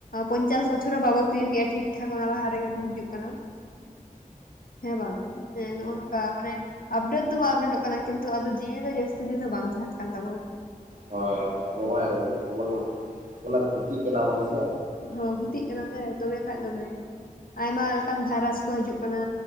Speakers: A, on the left; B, on the right.
A: ᱯᱚᱧᱪᱟᱥ ᱵᱚᱪᱷᱚᱨ ᱦᱚᱸ ᱵᱟᱵᱚ ᱛᱤᱭᱩᱜᱮ-ᱟ ᱴᱷᱤᱠ ᱴᱷᱟᱠ ᱚᱱᱟ ᱞᱟᱦᱟ ᱨᱮᱜᱮ ᱵᱚ ᱜᱩᱡᱩᱜ ᱠᱟᱱᱟ ᱦᱮᱸ ᱵᱟᱝ ᱦᱮᱸ ᱱᱚ ᱱᱚᱝᱠᱟ ᱢᱟᱱᱮ ᱟᱯᱰᱮᱴ ᱫᱚ ᱫᱚᱵᱚ ᱟᱯᱰᱮᱴᱚᱜ ᱠᱟᱱᱟ ᱠᱤᱱᱛᱩ ᱟᱫᱚ ᱡᱤᱣᱤ ᱫᱚ ᱡᱟᱹᱥᱛᱤ ᱫᱤᱱ ᱫᱚ ᱵᱟᱝ ᱛᱟᱦᱮᱱ ᱠᱟᱱ ᱛᱟᱵᱚᱱᱟ ᱾
B: ᱦᱳᱭ ᱟᱵᱚ ᱢᱟ ᱮᱢᱱᱤ ᱛᱮᱜᱮ ᱵᱚᱱ ᱠᱷᱚᱛᱤ ᱠᱟᱱᱟ ᱵᱚᱱ ᱥᱮ
A: ᱦᱳᱸ ᱠᱷᱩᱛᱤᱜ ᱠᱟᱱᱟ ᱦᱮ ᱫᱚᱢᱮ ᱠᱷᱟᱡ ᱫᱚᱢᱮ ᱟᱭᱢᱟ ᱞᱮᱠᱟᱱ ᱵᱷᱟᱭᱨᱟᱥ ᱠᱚ ᱦᱤᱡᱩᱜ ᱠᱟᱱᱟ